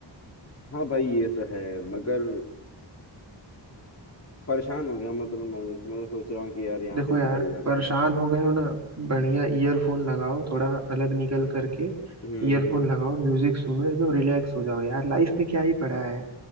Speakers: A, on the left; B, on the right.
A: हाँ भाई ये तो है मगर परेशान हो गया मतलब मैं तो, मैं तो सोच रहा हूँ कि यार यहाँ
B: देखो
A: से निकल
B: यार
A: जाऊँ
B: परेशान
A: यार
B: हो गए हो ना बढ़िया ईयरफोन लगाओ थोड़ा अलग निकल करके
A: हम्म
B: ईयरफोन लगाओ म्यूजिक सुनो एकदम रिलैक्स हो जाओ यार लाइफ में क्या ही पड़ा है